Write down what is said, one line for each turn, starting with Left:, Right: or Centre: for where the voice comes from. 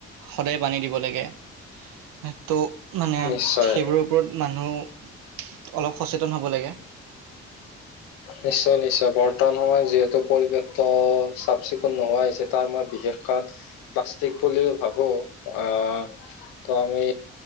Right: সদায় পানী দিব লাগে। সে টো মানে
Left: নিশ্চয়।
Right: সেইবোৰ ওপৰত মানুহ অলপ সচেতন হ'ব লাগে।
Left: নিশ্চয়, নিশ্চয় বৰ্তমান সময়ত যিহেতু পৰিৱেশটো চাফ-চিকুণ নোহোৱা হৈছে তাৰ মই বিশেষ <unintelligible> প্লাস্তিক বুলি ভাবো আহ ত, আমি